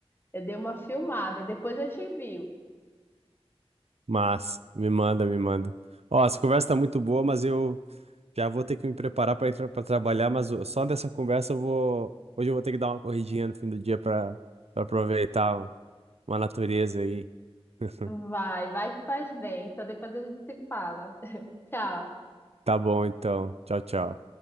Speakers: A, on the left (about 20°); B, on the right (about 75°).
A: Eu dei uma filmada, depois eu te envio.
B: Mas, me manda, me manda. Ó, essa conversa tá muito boa, mas eu Já vou ter que me preparar para ir para trabalhar, mas o- só dessa conversa eu vou. Hoje eu vou ter que dar uma corridinha no fim do dia para aproveitar uma natureza aí. <laughs>
A: Vai, vai que faz bem. Então depois a gente se fala. <laughs> Tchau.
B: Tá bom, então. Tchau, tchau.